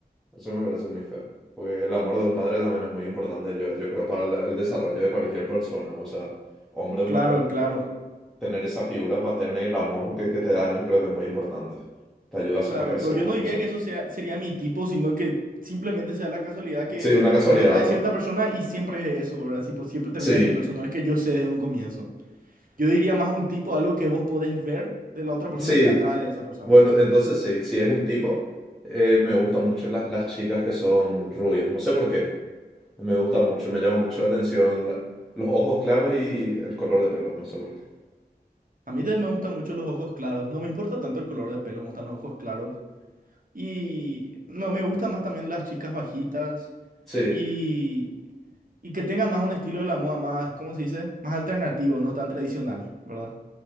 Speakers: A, in the centre; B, on the right.
A: eso me parece muy feo. Porque el amor de un padre también es muy importante, yo, yo creo, para la- el desarrollo de cualquier persona, o sea, hombre o
B: Claro,
A: mujer.
B: claro.
A: Tener esa figura paterna y el amor que, que te da él creo que es muy importante. Te ayuda a, ser-
B: Claro,
A: a crecer
B: pero yo
A: como
B: no diría
A: persona.
B: que eso sea, sería mi tipo, sino que simplemente sea la casualidad que
A: Sí, una casualidad,
B: me atrae
A: ¿verdad?
B: cierta persona y siempre es eso, ¿verdad? Tipo, siempre termina
A: Sí.
B: siendo eso, no es que yo sé desde un comienzo. Yo diría más un tipo, algo que vos podés ver de la otra persona
A: Sí,
B: y te atrae de esa persona.
A: bueno, entonces sí, si es un tipo, eh, me gustan mucho las, las chicas que son rubias, no sé por qué, me gusta mucho, me llama mucho la atención la- los ojos claros y el color de pelo, no sé por qué.
B: A mí también me gustan mucho los ojos claros, no me importa tanto el color de pelo, me gustan los ojos claros. Y no, me gustan más también las chicas bajitas
A: Sí,
B: y, y que tengan más un estilo de la moda más, ¿cómo se dice? Más alternativo, no tan tradicional, ¿verdad?